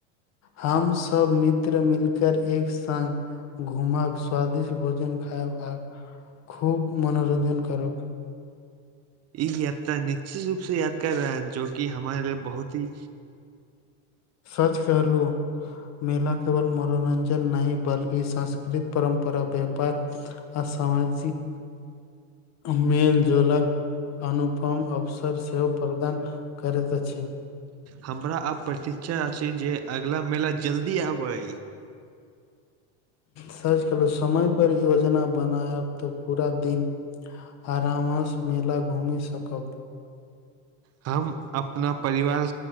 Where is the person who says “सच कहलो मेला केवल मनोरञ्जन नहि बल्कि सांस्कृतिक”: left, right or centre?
Left